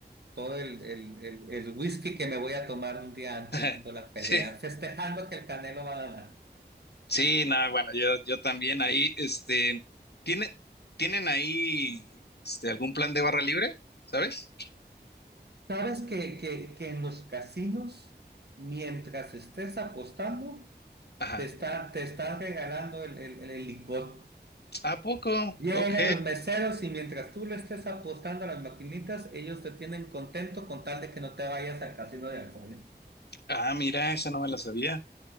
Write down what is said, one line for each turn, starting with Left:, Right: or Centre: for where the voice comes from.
Right: todo el, el, el, el whisky que me voy a tomar un día antes
Left: <laughs>
Right: de la pelea,
Left: Sí,
Right: festejando que el Canelo va a ganar.
Left: sí, no, bueno, yo, yo también ahí, este, ¿tiene, ¿tienen ahí este, algún plan de barra libre? ¿Sabes?
Right: ¿Sabes que, que, que en los casinos, mientras estés apostando,
Left: Ajá.
Right: Te está, te están regalando el, el- el licor.
Left: ¿A poco?
Right: Llegan
Left: Ok.
Right: los meseros y mientras tú le estés apostando a las maquinitas, ellos te tienen contento con tal de que no te vayas al casino de alcohol.
Left: Ah, mira, esa no me la sabía.